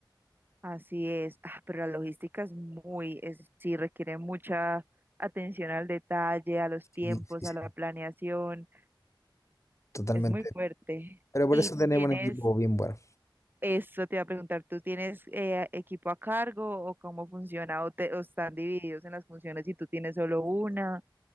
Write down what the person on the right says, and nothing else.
Así es, Ah, pero la logística es muy, es, sí requiere mucha atención al detalle, a los tiempos,
a la planeación,
es muy fuerte.
Y
tienes,
eso te iba a preguntar, ¿tú tienes eh, equipo a cargo o cómo funciona o, te, o están divididos en las funciones y tú tienes solo una?